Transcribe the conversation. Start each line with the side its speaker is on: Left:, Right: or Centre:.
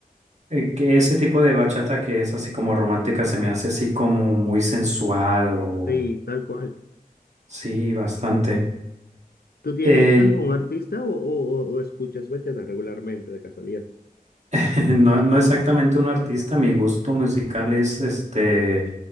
Right: eh, que ese tipo de bachata que es así como romántica se me hace así como muy sensual o
Left: Sí, tal cual.
Right: sí, bastante.
Left: ¿Tú tienes
Right: Eh,
Left: algún artista o, o- o- o escuchas bachata regularmente, de casualidad?
Right: <laughs> no, no exactamente un artista, mi gusto musical es este